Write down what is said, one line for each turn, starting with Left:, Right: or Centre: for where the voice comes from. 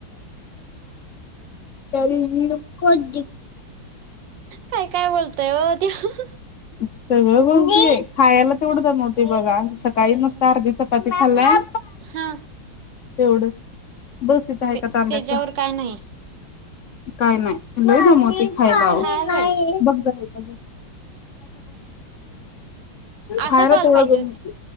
Left: इना काय ते
Right: काय काय बोलतोय ओ ते हंहं
Left: सगळं बोलतीय खायाला तेवढं दमवती बघा, सकाळी मस्त अर्धी चपाती खाल्ल्या.
Right: हाँ
Left: तेवढं बस तिथं
Right: मग
Left: आहे
Right: ते
Left: का तांब्याचा
Right: तेच्यावर काय नाही.
Left: काय नाही लई दमवतो- - होय ना ओ
Right: खायला
Left: बघ जा कि <inaudible>
Right: आस
Left: खायला
Right: कॉल
Left: तेवढं
Right: पाहिजेत,
Left: जमवते